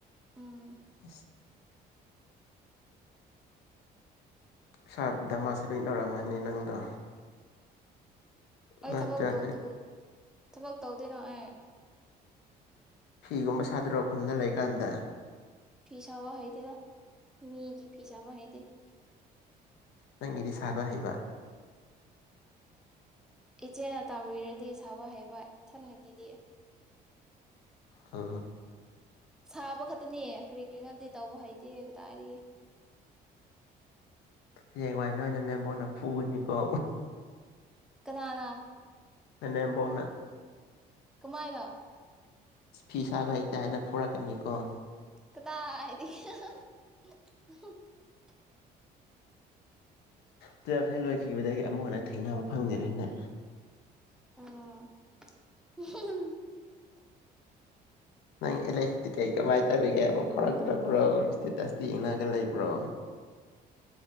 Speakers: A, in the centre; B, on the left.
A: ꯎꯝ
B: ꯏꯁ ꯏꯁꯥ ꯗꯃ ꯁꯦꯄꯤꯡ ꯇꯧꯔꯝꯃꯅꯤ ꯅꯪꯗꯣ
A: ꯑꯩꯣꯏ
B: ꯅꯪ
A: ꯊꯕꯒ
B: ꯇꯨꯋꯦꯜꯐ ꯍꯦꯛ
A: ꯇꯧꯗ ꯊꯕꯛ ꯇꯧꯗꯣꯏꯅꯣ ꯑꯦ
B: ꯐꯤꯒꯨꯝꯕ ꯁꯥꯗꯔꯒ ꯈꯨꯟꯗ ꯂꯩꯀꯥꯟꯗ
A: ꯐꯤꯁꯥꯕ ꯍꯩꯗꯦꯗ ꯃꯤꯒꯤ ꯐꯤꯁꯥꯕ ꯍꯩꯗꯦ
B: ꯅꯪꯒꯤꯗꯤ ꯁꯥꯕ ꯍꯩꯕ
A: ꯏꯆꯦꯅ ꯇꯝꯕꯤꯔꯗꯤ ꯁꯥꯕ ꯍꯩꯕ ꯏꯊꯅꯒꯤꯗꯤ
B: ꯑ
A: ꯁꯥꯕ ꯈꯛꯇꯅꯦ ꯀ꯭ꯔꯤ ꯀꯛꯅꯗꯤ ꯇꯧꯕ ꯍꯩꯇꯦ ꯀꯗꯥꯗꯤ
B: ꯍꯌꯦꯡꯋꯥꯏ ꯅ ꯑꯣꯏꯅ ꯅꯦꯝꯕꯣꯟꯅ ꯐꯨꯏꯅꯤꯀꯣ
A: ꯀꯗꯥꯅ
B: ꯅꯦ ꯐꯥꯎꯅ
A: ꯀꯃꯥꯏꯅ
B: ꯐꯤ ꯁꯥꯕ ꯍꯩꯇ ꯍꯥꯏꯅ ꯐꯣꯔꯛꯀꯅꯤ ꯀꯣ
A: ꯀꯗꯥꯏꯗꯒꯤ <unintelligible>
B: ꯇꯨꯋꯦꯜꯐ ꯍ ꯂꯣꯏꯈꯤꯕꯗꯒꯤ ꯑꯃꯨꯛ ꯍꯟꯅ ꯊꯦꯡꯅꯕ ꯐꯪꯗꯔꯦꯅꯦ
A: ꯑ
B: ꯅꯪ ꯑꯦꯂꯦꯛꯇꯤ ꯀꯩ ꯀꯃꯥꯏꯅ ꯇꯧꯔꯤꯒꯦ ꯍꯥꯏꯕ ꯐꯥꯎꯔꯛꯇ꯭ꯔꯕ꯭ꯔꯣ ꯏꯁꯇꯦꯇꯁꯇꯤ ꯌꯦꯡꯉꯒ ꯂꯩꯕ꯭ꯔꯣ